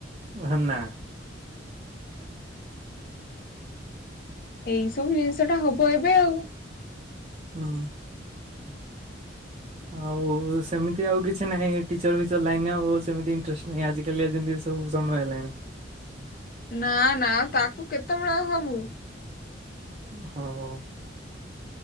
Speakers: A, on the right; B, on the left.
A: ହେ ନା
B: ଏଇ ସବୁ ଜିନିଷଟା ହବ ଏବେ ଆଉ
A: ହଁ। ଆଉ ସେମିତି ଆଉ କିଛି ନାହିଁ ଟିଚର ଫିଚର ଲାଇନ ଆଉ ସେମିତି ଇଣ୍ଟରେଷ୍ଟ ନାହିଁ ଆଜି କାଲିଆ ଯେମିତି ସବୁ ସମୟ ହେଲାଣି
B: ନା ନା ତାକୁ କେତେବେଳେ ହବୁ?
A: ହଉ